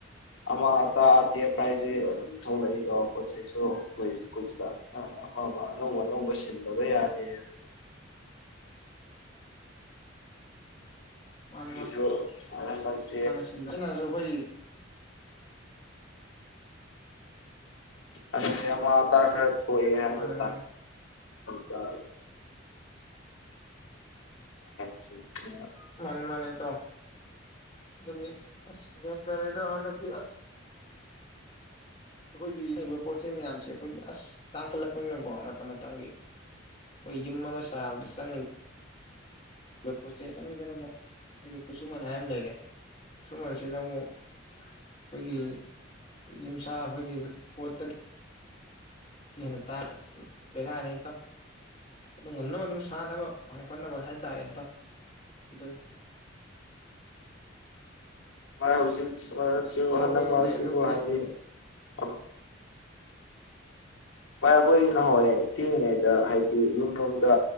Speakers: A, on the left; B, on the left.
A: ꯑꯃꯥꯡ ꯑꯇꯥ ꯑꯇꯦꯛ ꯑꯀꯥꯏꯁꯦ ꯑꯗꯨꯝ ꯊꯣꯛꯂꯛꯏꯗꯣ ꯄꯣꯠ ꯆꯩꯁꯨ ꯑꯩꯈꯣꯏ ꯇꯥꯞꯅ ꯑꯐꯕ ꯑꯅꯧ ꯑꯅꯧꯕ ꯁꯤꯟꯗꯕ ꯌꯥꯗꯦꯗ
B: ꯃꯥꯅꯦ ꯃꯥ
A: ꯖꯨ <unintelligible>
B: ꯍꯥꯅ ꯁꯦꯝꯖꯜꯂꯁꯨ ꯈꯣꯏ
A: ꯑꯗꯨꯝꯗꯤ ꯑꯃꯥꯡ ꯑꯇꯥ ꯈ ꯊꯣꯛꯑꯦ ꯍꯥꯏꯕ
B: ꯃꯥꯅꯦ ꯃꯥꯅꯦ
A: ꯇꯥꯏ <unintelligible> <inaudible>
B: ꯃꯥꯅꯤ ꯃꯥꯅꯦ ꯇꯥꯎ ꯑꯗꯨꯅꯤ ꯑꯁ ꯌꯦ ꯇꯔꯦꯗ ꯍꯟꯗꯛꯇꯤ ꯑꯁ ꯑꯩꯈꯣꯏꯒꯤ ꯌꯦꯡꯉꯤꯕ ꯄꯣꯠ ꯆꯩ ꯃꯌꯥꯝꯁꯦ ꯑꯩꯈꯣꯏꯒꯤ ꯑꯁ ꯇꯥꯡꯈꯠꯂꯛꯄꯅꯤꯅꯀꯣ ꯃꯇꯝ ꯃꯇꯝꯒꯤ ꯑꯩꯈꯣꯏ ꯌꯨꯝ ꯑꯃ ꯁꯥꯕꯗ ꯆꯪꯉꯤꯕ ꯄꯣꯠ ꯆꯩ ꯆꯪꯉꯤꯗꯅꯀꯣ ꯑꯗꯒꯤ ꯈꯨꯠꯁꯨꯃꯟ ꯍꯥꯏ ꯑꯃ ꯂꯩꯔꯦ ꯈꯨꯠꯁꯨꯃꯟꯁꯤꯗ ꯑꯃꯨꯛ ꯑꯩꯈꯣꯏꯒꯤ ꯌꯨꯝꯁꯥ ꯑꯩꯈꯣꯏꯒꯤ ꯄꯣꯠꯇ ꯀꯦꯅ ꯇ ꯕꯦꯔꯥꯅꯤ ꯇꯥꯎ ꯑꯗꯨꯝ ꯉꯝꯅꯕ ꯑꯗꯨꯝ ꯁꯥꯟꯅꯕ ꯍ ꯍꯣꯠꯅꯕ ꯍꯥꯏꯇꯥꯔꯦ ꯇꯥꯎ ꯑꯗꯨꯅꯤ
A: <unintelligible>
B: ꯏꯇꯥꯎ ꯑꯩꯈꯣꯏꯕꯨꯗꯤ ꯑꯗꯨꯒꯤ
A: ꯕꯥꯏ ꯑꯩꯈꯣꯏ ꯅꯍꯥꯋꯥꯏ ꯄꯤꯛꯏꯉꯩꯗ ꯍꯥꯏꯗꯤ ꯌꯨꯝꯂꯣꯝꯗ